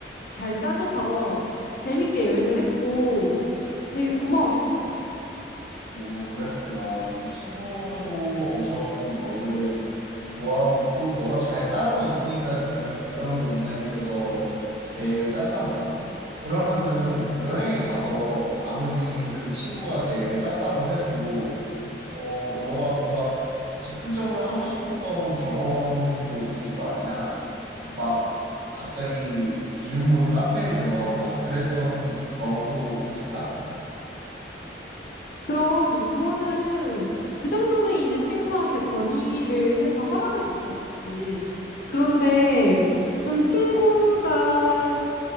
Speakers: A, on the left; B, on the right.
A: 잘 짜줘서 재밌게 여행을 했고 되게 고마웠어.
B: 오, 그랬구나. 그 친구도 엄청 너를 좋아하고 또 너가 잘 따라줬으니까 그런 부분에 있어서 계획을 짰나 보다. 그러면은 여행에 가서 아무리 그 친구가 계획을 짰다고 해도 어 너가 뭔가 즉흥적으로 하고 싶었던 경험들도 있을 거 아니야. 막 갑자기 이름 모를 카페에 들어가거나 그랬던 경험도 있을까?
A: 그럼 그거는 그 정도는 이제 친구한테 건의를 해서 허락을 받았지. 그런데 좀 친구가